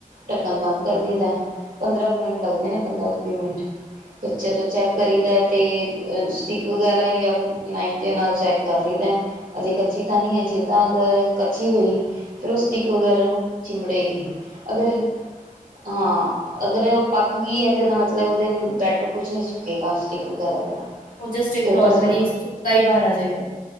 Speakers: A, on the right (about 70°); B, on the left (about 70°).
A: ਢੱਕਣ ਬੰਦ ਕਰ ਦਈਦਾ ਪੰਦਰਾਂ ਕੁ ਮਿੰਟ ਲੱਗਦੇ ਨੇ ਪੰਦਰਾਂ ਤੋਂ ਵੀਹ ਮਿੰਟ ਤੇ ਜਦੋਂ ਚੈੱਕ ਕਰੀ ਦਾ ਤੇ ਸਟਿਕ ਵਗੈਰਾ ਹੀ ਜਾਂ ਫਿਰ ਨਾਈਫ ਦੇ ਨਾਲ ਚੈੱਕ ਕਰ ਲਈਦਾ ਅਜੇ ਕੱਚੀ ਤਾਂ ਨਹੀਂ ਅਜੇ ਤਾਂ ਅਗਰ ਕੱਚੀ ਹੋਈ ਫਿਰ ਉਸ ਦੀ ਵਗੈਰਾ ਨੂੰ ਚਿੰਬੜੇਗੀ ਅਗਰ ਹਾਂ। ਅਗਰ ਉਹ ਪੱਕ ਗਈ ਹੈ ਤਾਂ ਮਤਲਬ ਉਹਦੇ ਬੈਟਰ ਕੁਛ ਨਹੀਂ ਚਿਪਕੇਗਾ ਪਲਾਸਟਿਕ ਵਗੈਰਾ ਨਾਲ
B: ਉਹ ਜਸਟ ਇੱਕ
A: ਫਿਰ
B: ਨੋਰਮਲੀ,
A: ਬਸ ਹੁਣ
B: ਸੁਤਾ ਈ ਬਾਹਰ ਆਜੇਗਾ।